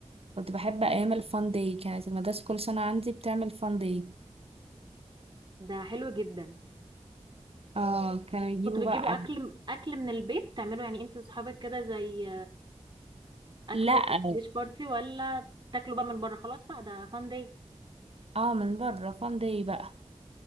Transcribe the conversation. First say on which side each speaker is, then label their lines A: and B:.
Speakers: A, on the right (about 55°); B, on the right (about 40°).
A: كنت بحب ايام الفان داي كانت المدرسه كل سنه عندي بتعمل فان داي
B: ده حلو جدا
A: اه كانوا يجيبوا
B: كنتوا بتجيبوا
A: بقى
B: اكل اكل من البيت تعملوا يعني انت واصحابك كده زي اكل
A: لا
B: ديش بارتي ولا تاكلوا بقى من بره خلاص بقى ده فان داي
A: اه من بره فان داي بقى